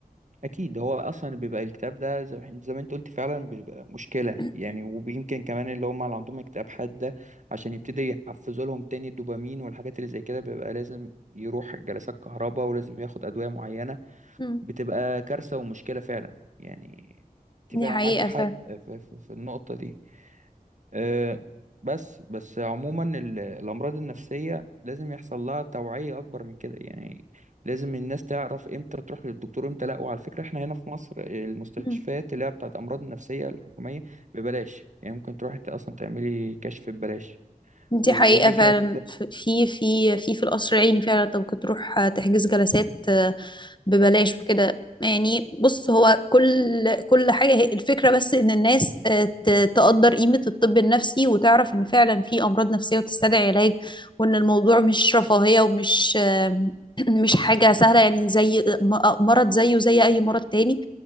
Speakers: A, on the right (about 55°); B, on the left (about 30°).
A: اكيد هو اصلا بيبقى الكتاب ده زي ما زي ما انت قلت فعلا بيبقى مشكله
B: <clears throat>
A: يعني ويمكن كمان اللي هم اللي عندهم اكتئاب حاده عشان يبتدي يحفزوا لهم تاني الدوبامين والحاجات اللي زي كده بيبقى لازم يروح جلسات كهرباء ولازم ياخد ادويه معينه
B: مم.
A: بتبقى كارثه ومشكله فعلا يعني انت
B: دي
A: فعلا
B: حقيقة
A: معاكي حق في, في, في النقطه دي آه، بس بس عموما ال- الأمراض النفسية لازم يحصل لها توعية أكبر من كده يعني لازم الناس تعرف إمتى تروح للدكتور إمتى لأ وعلى فكرة إحنا هنا في مصر المستشفيات
B: مم.
A: اللي هي بتاعت أمراض النفسية الحكومية ببلاش يعني ممكن تروحي أصلا تعملي كشف ببلاش
B: دي
A: و-
B: حقيقة
A: ودي
B: فعلا
A: كانت
B: ف- في في في في القصر العيني فعلا انت ممكن تروح آه، تحجز جلسات آه، ببلاش وكده يعني بص هو كل كل حاجة هي الفكرة بس ان الناس آه، ت- تقدر قيمة الطب النفسي وتعرف ان فعلا في امراض نفسية وتستدعي علاج وان الموضوع مش رفاهية ومش آه، <clears throat> مش حاجة سهلة يعني زي م- مرض زيه زي اي مرض تاني